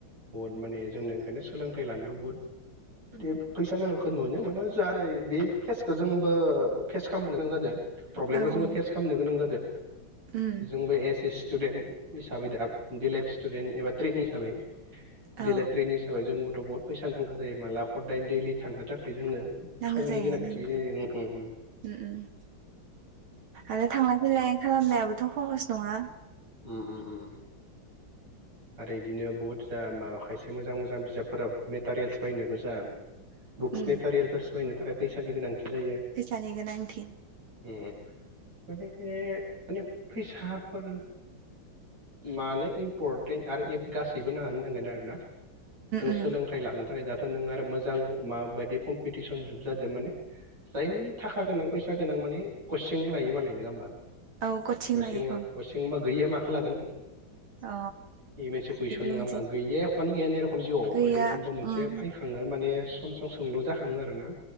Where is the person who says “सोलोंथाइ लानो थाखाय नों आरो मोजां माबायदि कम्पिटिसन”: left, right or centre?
Right